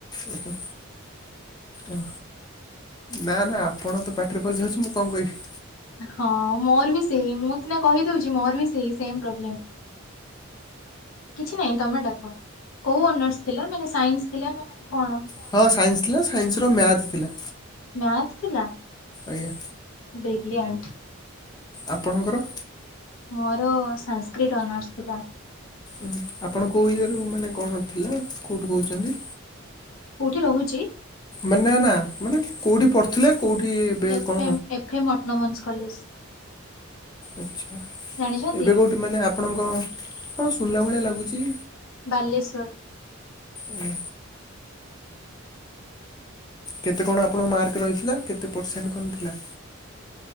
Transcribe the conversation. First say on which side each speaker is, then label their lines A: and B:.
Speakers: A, on the left; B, on the left.
A: ଆଛା ଓ ନା ନା ଆପଣ ତ ପାଟିରେ ପସିି ଯାଉଛି ମୁଁ କଣ କହିବି
B: ହଁ ମୋର ବି ସେଇ ମୁଁ ସିନା କହିଦଉଛି ମୋର ବି ସେଇ ସେମ ପ୍ରୋବ୍ଲେମ କିଛି ନାହିଁ ତମେ ଡା କଣ କୋଉ ଅନର୍ସ ଥିଲା ମାନେ ସାଇନ୍ସ ଥିଲା ନା ମାନେ କଣ
A: ହଁ ସାଇନ୍ସ ଥିଲା ସାଇନ୍ସର ମ୍ୟାଥ ଥିଲା
B: ମ୍ୟାଥ ଥିଲା
A: ଆଜ୍ଞା
B: ବ୍ରିଲିଅଣ୍ଟ୍
A: ଆପଣଙ୍କର
B: ମୋର ସାଂସସ୍କ୍ରିଟ ଅନର୍ସ ଥିଲା
A: ଓ ଆପଣ କୋଉ ଇଏ ରୁ ମାନେ କଣ ଥିଲା କୋଉଠୁ କହୁଛନ୍ତି
B: କୋଉଠି ରହୁଛି
A: ମାନେ ନା ନା ମାନେ କୋଉଠି ପ ଥିଲେ କୋଉଠି ଏବେ
B: F
A: କଣ
B: M F M autonomous college
A: ଆଚ୍ଛା
B: ଜାଣିଛନ୍ତି
A: ଏବେ କେଉଁଠି ମାନେ ଆପଣଙ୍କ ହଁ ସୁଣିଲା ଭଳିଆ ଲାଗୁଛି
B: ବାଲେଶ୍ଵର
A: ହୁଁ କେତେ କଣ ଆପଣଙ୍କ ମାର୍କ ରହିଥିଲା କେତେ ପରସେଣ୍ଟ କମ୍ ଥିଲା